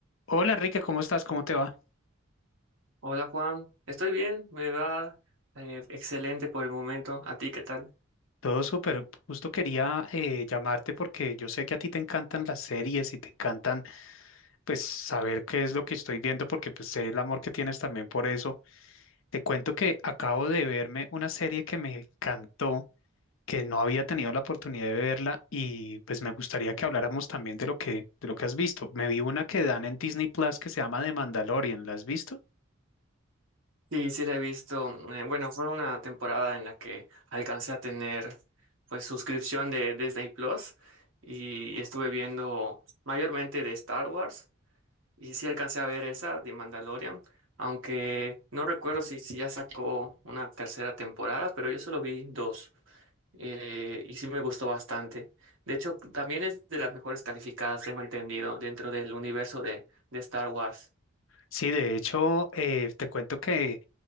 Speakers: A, on the left; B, on the right.
A: Hola Enrique, ¿cómo estás? ¿Cómo te va?
B: Hola Juan, estoy bien, me va eh, excelente por el momento. ¿A ti qué tal?
A: Todo súper. Justo quería eh, llamarte porque yo sé que a ti te encantan las series y te encantan pues saber qué es lo que estoy viendo porque pues sé el amor que tienes también por eso. Te cuento que acabo de verme una serie que me encantó, que no había tenido la oportunidad de verla y pues me gustaría que habláramos también de lo que de lo que has visto. Me vi una que dan en Disney Plus que se llama The Mandalorian. ¿La has visto?
B: Sí, sí la he visto. mm, Eh, bueno, fue una temporada en la que alcancé a tener pues suscripción de Disney Plus y estuve viendo mayormente de Star Wars y sí alcancé a ver esa de Mandalorian, aunque no recuerdo si, si ya sacó una tercera temporada, pero yo solo vi dos. eh, y sí me gustó bastante. De hecho, también es de las mejores calificadas, tengo entendido, dentro del universo de, de Star Wars.
A: Sí, de hecho, eh, te cuento que